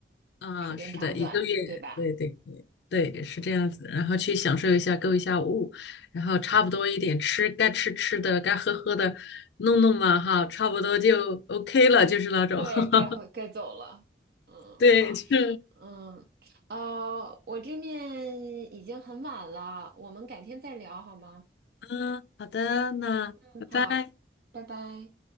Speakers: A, on the left; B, on the right.
A: 啊，
B: 时间长短，
A: 是的，一个月，
B: 对吧？
A: 对对对对，
B: 嗯，
A: 是这样子。然后去享受一下，购一下物，然后差不多一点吃，该吃吃的，该喝喝的，弄弄嘛哈，差不多就 OK 了，就是那种。
B: 对，
A: <laughs>
B: 该回该走了。嗯，
A: 对，
B: 好，
A: 就
B: 嗯，呃，我这面已经很晚了，我们改天再聊好吗？
A: 嗯，好的，那拜拜。
B: 嗯，好，拜拜。